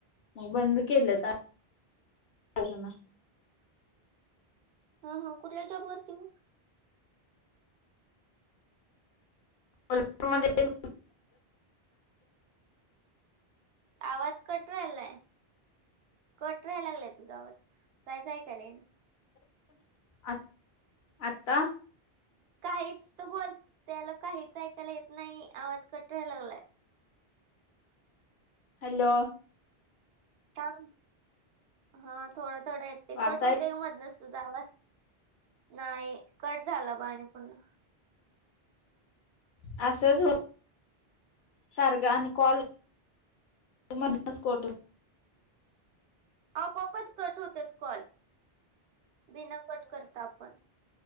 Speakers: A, on the left; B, on the right.
A: मग बंद केलं काम त्या हेनं.
B: ह, हा कुठल्या जॉब वरती मग?
A: कोल्हापूरमध्ये
B: आवाज कट व्हायलाय. कट व्हाय लागलाय तुझा आवाज, कायच ऐकायला येईना.
A: आत आता
B: काहीच तू बोल. त्याल काहीच ऐकायला येत नाही. आवाज कट व्हायला लागलाय.
A: हॅलो,
B: थांब, हं. थोडा थोडा येतोय. कट
A: आता
B: होतोय गं मधनच तुझा आवाज. नाही. कट झाला ब आणि पुन्हा.
A: असंच हो सारख आणि कॉल मधनच कट होत.
B: आपोआपच कट होत्यात कॉल, बिना कट करता पण.